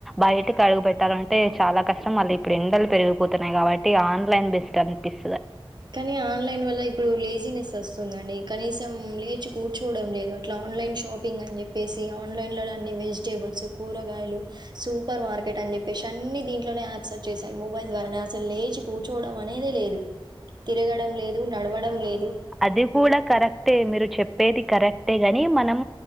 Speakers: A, in the centre; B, on the right.
A: బయటకి అడుగు పెట్టాలంటే చాలా కష్టం మళ్ళీ ఇప్పుడు ఎండలు పెరిగిపోతున్నాయి కాబట్టి ఆన్లైన్ బెస్ట్ అనిపిస్తు
B: కానీ ఆన్లైన్ వల్ల ఇప్పుడు లేజీనెస్ వస్తుందండి కనీసం లేచి కూర్చోవడం లేదు అట్లా ఆన్లైన్ షాపింగ్ అని చెప్పేసి ఆన్లైన్ లోనే అన్ని వెజిటేబుల్స్ కూరగాయలు సూపర్ మార్కెట్ అని చెప్పేసి అన్ని దీంట్లోనే యాప్స్ వచ్చేసాయి మొబైల్ ద్వారానే అసలు లేచి కూర్చోవడం అనేదే లేదు తిరగడం లేదు నడవ లే
A: అది కూడా కరెక్టే మీరు చెప్పేది కరెక్ ట గాని మనం